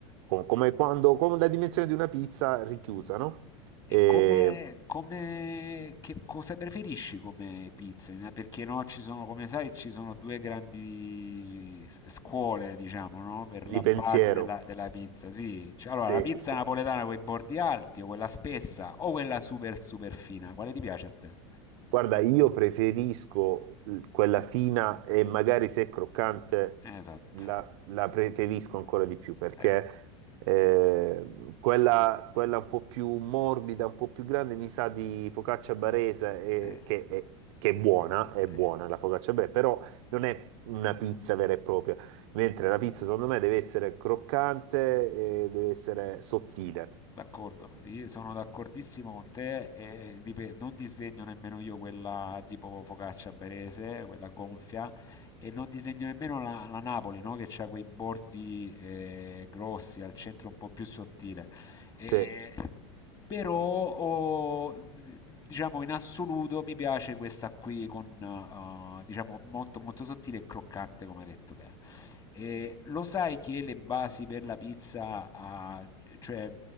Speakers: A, on the right; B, on the left.
A: co- come quando, con la dimensione di una pizza richiusa, no?
B: e
A: E
B: come, come- che cosa preferisci come pizza? Perché no, ci sono, come sai, ci sono due grandi s- scuole, diciamo, no? Per la
A: di pensiero,
B: base della, della pizza, sì. Cioè,
A: se,
B: allora, la pizza
A: se-
B: napoletana con i bordi alti, o quella spessa, o quella super super fina, quale ti piace a te?
A: Guarda, io preferisco l- quella fina e magari se è croccante
B: Esatto.
A: la, la preferisco ancora di più perché
B: Ecco,
A: eh, quella, quella un po' più morbida, un po' più grande mi sa di focaccia barese
B: sì,
A: e- che, è, che è buona, è
B: sì,
A: buona la focaccia barese, però non è una pizza vera e propria, mentre la pizza secondo me deve essere croccante e deve essere sottile.
B: d'accordo. Io sono d'accordissimo con te e ripet- non disdegno nemmeno io quella tipo focaccia berese, quella gonfia, e non disdegno nemmeno la, la Napoli, no? Che ha quei bordi eh, grossi, al centro un po' più sottile. E-
A: Sì,
B: però, oh, diciamo, in assoluto mi piace questa qui con, eh, diciamo, molto molto sottile e croccante, come hai detto te. E lo sai che le basi per la pizza, ah, cioè